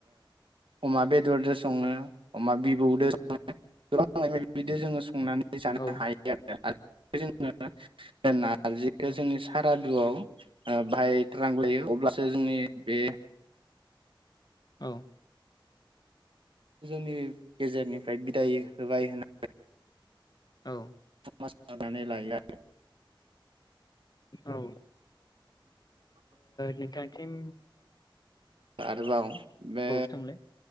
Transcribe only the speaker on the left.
औ
औ
औ
औ
औ ओ नोंथांनिसिम
सोंलाय